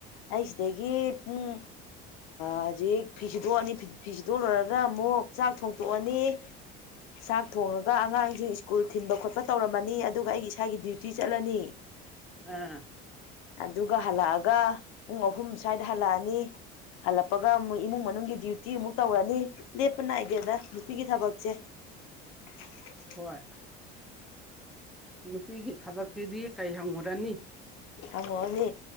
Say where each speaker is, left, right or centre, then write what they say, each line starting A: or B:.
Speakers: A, on the left; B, in the centre.
A: ꯑꯩ ꯁꯤꯗꯒꯤ ꯎ ꯎꯝ ꯍꯧꯖꯤꯛ ꯐꯤ ꯁꯤꯨꯗꯣꯛꯑꯅꯤ ꯐꯤ ꯁꯤꯗꯣꯛꯂꯣꯏꯨꯔꯒ ꯑꯃꯨꯛ ꯆꯥꯛ ꯊꯣꯡꯇꯣꯛꯑꯅꯤ ꯆꯥꯛ ꯊꯣꯡꯉꯒ ꯑꯉꯥꯡꯁꯤꯡ ꯁ꯭ꯀꯨꯜ ꯊꯤꯟꯕ ꯈꯣꯠꯄ ꯇꯧꯔꯝꯃꯅꯤ ꯑꯗꯨꯒ ꯑꯩꯒꯤ ꯏꯁꯥꯒꯤ ꯗ꯭ꯌꯨꯇꯤ ꯆꯠꯂꯅꯤ
B: ꯑꯥ
A: ꯑꯗꯨꯒ ꯍꯜꯂꯛꯑꯒ ꯄꯨꯡ ꯑꯍꯨꯝ ꯁ꯭ꯋꯥꯏꯗ ꯍꯜꯂꯛꯑꯅꯤ ꯍꯜꯂꯛꯄꯒ ꯃꯣꯏ ꯏꯃꯨꯡ ꯃꯅꯨꯡꯒꯤ ꯗ꯭ꯌꯨꯇꯤ ꯑꯃꯨꯛ ꯇꯧꯔꯅꯤ ꯂꯦꯞꯄ ꯅꯥꯏꯗꯦꯗ ꯅꯨꯄꯤꯒꯤ ꯊꯕꯛꯁꯦ
B: <inaudible>
A: <inaudible>
B: ꯍꯣꯏ ꯅꯨꯄꯤꯒꯤ ꯊꯕꯛꯁꯤꯗꯤ ꯀꯩ ꯍꯪꯉꯨꯔꯅꯤ
A: ꯍꯪꯉꯛꯑꯣꯅꯦ